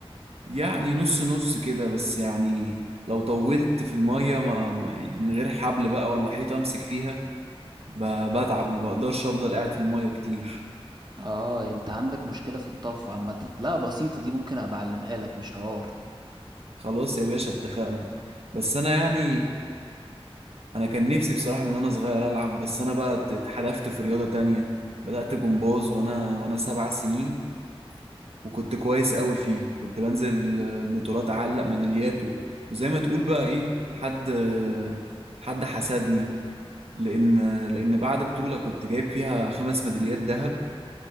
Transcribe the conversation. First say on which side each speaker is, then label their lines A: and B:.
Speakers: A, on the right (about 80°); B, on the right (about 45°).
A: يعني نص نص كده بس يعني لو طولت في المية ما ما- من غير حبل بقى ولا حيطة امسك فيها ب- بتعب ما بقدرش افضل قاعد في المية كتير
B: اه انت عندك مشكلة في الطفو عامة لا بسيطة دي ممكن ابقى اعلمها لك مش حوار
A: خلاص يا باشا اتفقنا بس انا يعني انا كان نفسي بصراحة من وانا صغير العب بس انا بقى ات- اتحدفت في رياضة تانية بدأت جمباز وانا وانا سبع سنين وكنت كويس قوي فيه كنت بنزل البطولات اعلق ميداليات و- وزي ما تقول بقى ايه حد حد حسدني لان لان بعد بطولة كنت جايب فيها خمس ميداليات ذهب